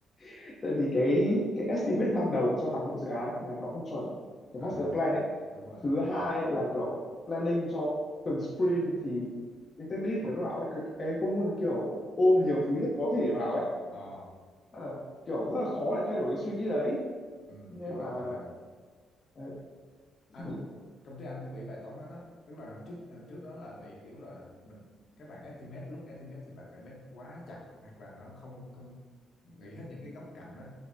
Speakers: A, on the left; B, on the left.
A: <laughs> tại vì cái cái estimate ban đầu cho toàn bộ dự án là nó không chuẩn cái
B: à
A: master plan ấy
B: đúng rồi
A: thứ
B: đúng
A: hai
B: rồi
A: là kiểu planning cho từng sprint thì cái tech lead phải lúc nào ấy, cứ- em cũng muốn kiểu ôm nhiều thứ nhất có thể vào ấy
B: ờ
A: Ờ, kiểu rất là khó để thay đổi cái suy nghĩ đấy
B: ừ
A: nên
B: hiểu
A: là
B: anh hiểu rồi
A: đấy, thì
B: anh công ty anh cũng bị bài toán đó đó tức là trước ờ, trước đó là bị kiểu là mình các bạn estimate lúc estimate thì bác estimate quá chặt hoặc là nó không không nghĩ hết những cái góc cạnh á